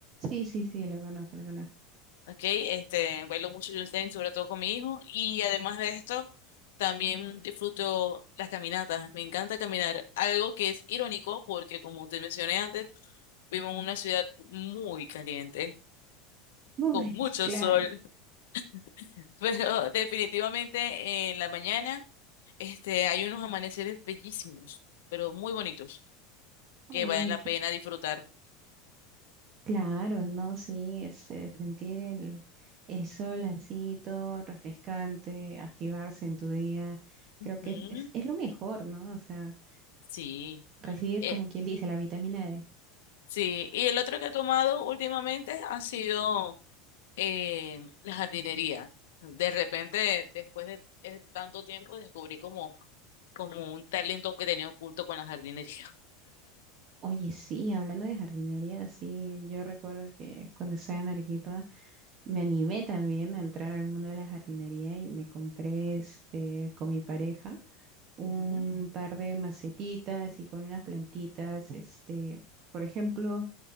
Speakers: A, on the right (about 30°); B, on the left (about 85°).
A: Sí, sí, sí, lo conozco, lo conozco.
B: Ok, este, bailo mucho Just Dance, sobre todo con mi hijo. Y además de esto, también disfruto las caminatas. Me encanta caminar. Algo que es irónico porque, como te mencioné antes, vivo en una ciudad muy caliente,
A: Uy,
B: con mucho
A: <laughs> claro.
B: sol. <laughs> Pero definitivamente en la mañana, este, hay unos amaneceres bellísimos, pero muy bonitos.
A: Mucha.
B: que valen la pena disfrutar.
A: Claro, no, sí, este, sentir el, el sol así, todo refrescante, activarse en tu día, creo
B: Ujú,
A: que es, es, es lo mejor, ¿no? O sea,
B: Sí,
A: recibir,
B: eh,
A: como quien dice, la vitamina D.
B: sí. Y el otro que he tomado últimamente ha sido eh, la jardinería. De repente, después de eh, tanto tiempo, descubrí como, como un talento que tenía oculto con la jardinería.
A: Oye, sí, hablando de jardinería, sí, yo recuerdo que cuando estaba en Arequipa, Me animé también a entrar al mundo de la jardinería y me compré este, con mi pareja
B: <laughs>
A: un
B: Ujú,
A: par de macetitas y con unas plantitas, este, por ejemplo,